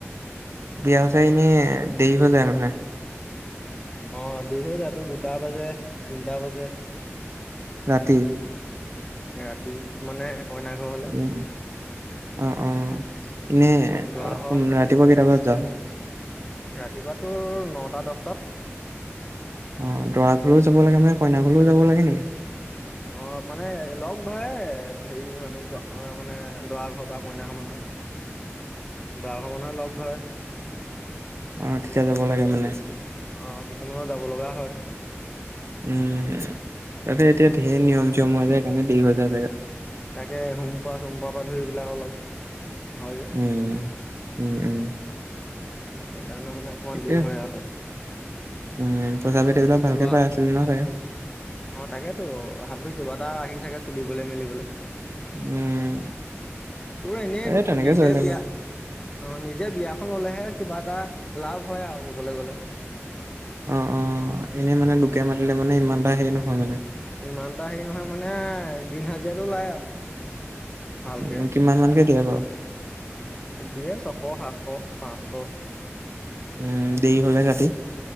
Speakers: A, on the right (about 65°); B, on the left (about 20°).
A: বিয়া চি এনেই দেৰি হৈ যায় মানে
B: আহ দেৰি হৈ যাতো। দুটা বাজে, তিনটা বাজে
A: ৰাতি
B: ৰাতি মানে, কইনা ঘৰ হলে
A: উ অ অ এনে
B: দৰা
A: ৰাতিপুৱা
B: ঘৰ হলে
A: কেইটা বজাত য
B: ৰাতিপুৱা তোৰ নটা দহটাত।
A: অ দৰা ঘুলও যাব লাগে মানে কইনা ঘুলও যাব লাগে নেকি
B: অ মানে লগ ধৰে হেৰি মানুহ মানে দৰা ঘৰ বা কইনা ঘৰ মানুহে
A: উ
B: গা ভ্ৰমণহে লগ ধৰে।
A: অ', তেতিয়া
B: সেইকাৰণে
A: যাব লাগে মানে
B: কেতিয়া আহ কিছুমানৰ যাব লগা হয়
A: উম তাকে এতিয়া ধঢেৰ নিয়ম চিয়ম হৈ যায় সেইকাৰণে দেৰি হৈ যায় চাগে
B: তাকে ঘোম পোৱা চোম পোৱাৰ পৰা ধৰিবিলাক অলপ, হয় যে
A: উম, উম, উম
B: সেইকাৰণে মানে অকণমান
A: ঠিকে
B: দেৰি হয় আৰু।
A: উম পইচা
B: তোৰ
A: পাতিবলপ ভালকে
B: যোৱা
A: পাই আছিলে নহয় চাগে।
B: অ তাকেইতো হাতত কিবা এটা আহি থাকে চুলিবলৈ মেলিবলৈ।
A: উম
B: তোৰ এনেই
A: এই তেনেকে
B: নিজে
A: চলি থাকো
B: বিয়া। অ নিজে বিয়াখন ললেহে, কিবা এটা লাভ হয় আৰু ক'বলৈ গ'লে,
A: অ অ এনেই মানে লোকে মাতিলে মানে ইমান এটা হেৰি নহয়। মানে
B: ইমান এটা হেৰি নহয় মানে দিন হাজিৰাো উপায় আৰু ভালকে,
A: উম, কিমান মানকে দিয়ে বাৰু
B: দিয়ে ছশ সাতশ পাঁচশো
A: উম দেৰি হ'লে ৰাতি